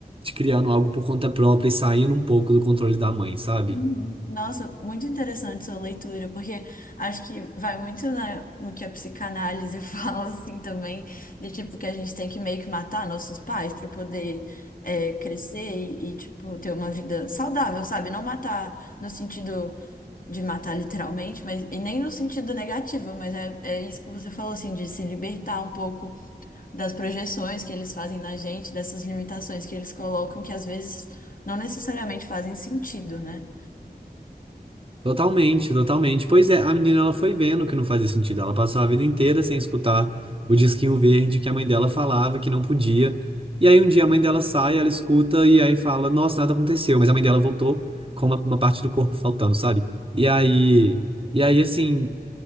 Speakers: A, on the right (about 35°); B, on the left (about 55°).
A: criando algo por conta própria e saindo um pouco do controle da mãe, sabe?
B: Uhum. Nossa, muito interessante sua leitura, porque acho que vai muito na- no que a psicanálise <laughs> fala, assim, também, de tipo que a gente tem que meio que matar nossos pais para poder é, crescer e, e, tipo, ter uma vida saudável, sabe? Não matar no sentido de matar literalmente, mas e nem no sentido negativo, mas é, é isso que você falou, assim, de se libertar um pouco das projeções que eles fazem na gente, dessas limitações que eles colocam, que às vezes não necessariamente fazem sentido, né?
A: Totalmente, totalmente. Pois é, a menina ela foi vendo que não fazia sentido. Ela passou a vida inteira sem escutar o disquinho verde que a mãe dela falava que não podia. E aí um dia a mãe dela sai, ela escuta e aí fala: Nossa, nada aconteceu. Mas a mãe dela voltou com uma, uma parte do corpo faltando, sabe? E aí, e aí assim,